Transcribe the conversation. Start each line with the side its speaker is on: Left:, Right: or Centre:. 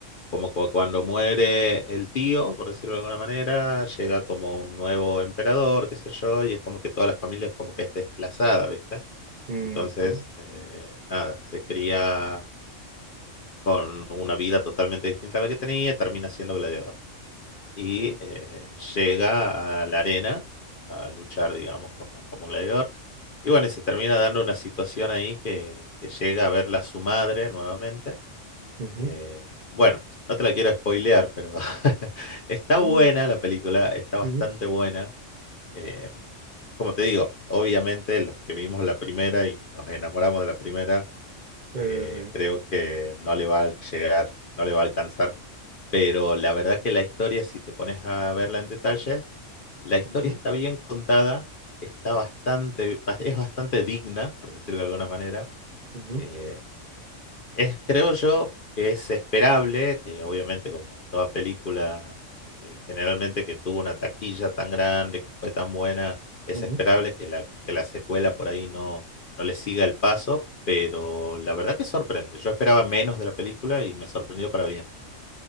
Left: como cu- cuando muere el tío, por decirlo de alguna manera, llega como un nuevo emperador, qué sé yo, y es como que toda la familia es como que es desplazada, ¿viste?
Right: ujú,
Left: Entonces, eh, nada, se cría con una vida totalmente distinta a la que tenía, termina siendo gladiador. Y
Right: ok.
Left: eh, llega a la arena a luchar, digamos, como, como gladiador. Y bueno, y se termina dando una situación ahí que, que llega a verla su madre nuevamente
Right: ujú,
Left: eh, bueno, no te la quiero spoilear, pero <laughs> está
Right: No.
Left: buena la película, está bastante
Right: ujú,
Left: buena. Eh, como te digo, obviamente los que vimos la primera y nos enamoramos de la primera,
Right: Sí,
Left: eh,
Right: sí.
Left: creo que no le va a llegar, no le va a alcanzar. Pero la verdad que la historia, si te pones a verla en detalle, la historia
Right: sí,
Left: está bien contada, está bastante, es bastante digna, por decirlo de alguna manera.
Right: ujú,
Left: Eh,
Right: ujú,
Left: es, creo yo que es esperable, que obviamente como toda película, eh, generalmente que tuvo una taquilla tan grande, que fue tan buena, es
Right: ujú,
Left: esperable que la, que la secuela por ahí no, no le siga el paso, pero la verdad que sorprende. Yo esperaba menos de la película y me sorprendió para bien.